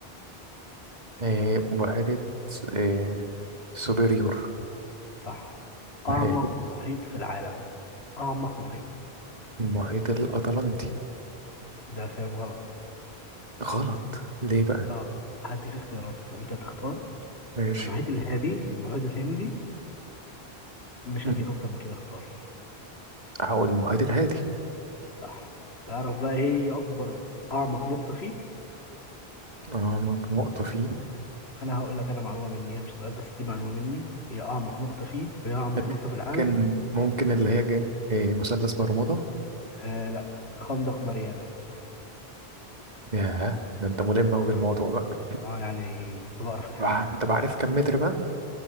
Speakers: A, on the right; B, on the left.
A: إيه بحيرة إيه سوبيريور
B: صح أعمق
A: حلو
B: محيط في العالم أعمق محيط
A: المحيط الأطلنطي
B: ده كلام غلط
A: غلط ليه بقى
B: اه هديك اختيارات انت تختار
A: ماشي
B: المحيط الهادي المحيط الهندي مش
A: مم.
B: هديك اكتر من كده اختار
A: هقول المحيط الهادي
B: صح تعرف بقى ايه هي اكبر اعمق نقطة فيه
A: اه نق- نقطة فيه
B: انا هقول لك انا معلومة مني هي مش سؤال بس دي معلومة مني هي اعمق نقطة فيه وهي اعمق
A: اللي
B: نقطة في العالم
A: ممكن ممكن اللي هي جاي إيه مثلث برمودا
B: آه لا خندق ماريانا
A: ياه ده انت ملم أوي بالموضوع
B: اه
A: بقى
B: آه، يعني كنت بقرا في الحاجات
A: آه،
B: دي
A: انت عارف كم متر بقى